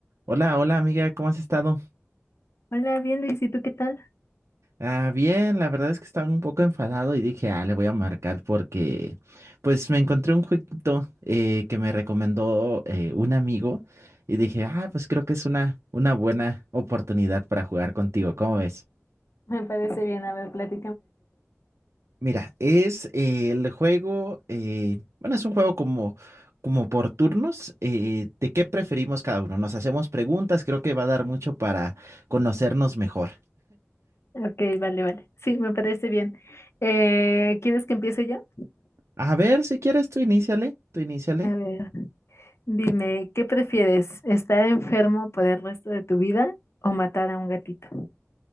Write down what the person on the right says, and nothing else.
Hola, hola amiga, ¿cómo has estado?
Ah, bien, la verdad es que estaba un poco enfadado y dije, ah, le voy a marcar porque pues me encontré un jueguito eh, que me recomendó eh, un amigo y dije, ah, pues creo que es una, una buena oportunidad para jugar contigo, ¿cómo ves?
Mira, es eh, el juego, eh, bueno, es un juego como, como por turnos, eh, ¿de qué preferimos cada uno? Nos hacemos preguntas, creo que va a dar mucho para conocernos mejor.
A ver, si quieres, tú iníciale, tú iníciale.